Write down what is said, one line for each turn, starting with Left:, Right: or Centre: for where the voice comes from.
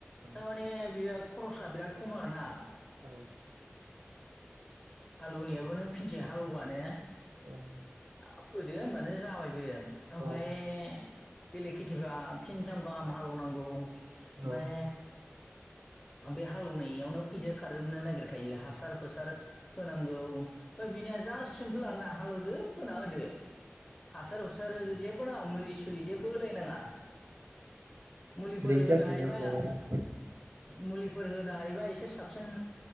Right: औ
Left: थ नियो बियो खरसाआ बिराद खम आरो ना
Right: औ
Left: हालौवनाययाबो नों फिनसे हालौबानो
Right: औ
Left: हाब फोदियो होनबानो जाबाय बियो ओमफ्राय
Right: औ
Left: बेलेग खेथिफ्रा फिनथाम गाहाम हालेवनांगौ ओमफाय
Right: औ
Left: बे हालेवनायावनो फैसा खारजोबनो नागिरखायो हासार हुसार नांगौ ओफाय बिनिया जा सिमपोल आरो ना हालेवदो फोना होदो हासार हुसार जेबो नाङा मुलि सुलि जेबो होलायनाङा मुलिफोर
Right: ओरैनो
Left: होनो
Right: जाखायोना
Left: हायोबा
Right: होमबा?
Left: मुलिफोर होनो हायोबा एसे साबसिन